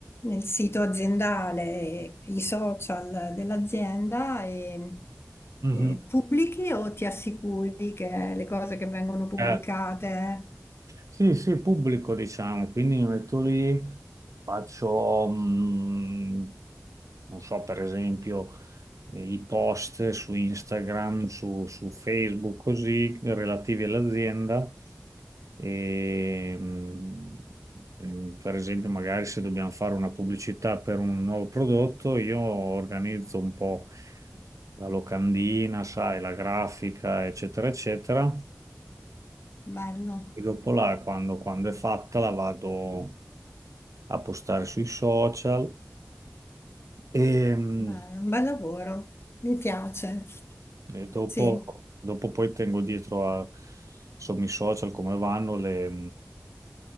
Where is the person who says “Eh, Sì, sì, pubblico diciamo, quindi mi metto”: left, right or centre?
Right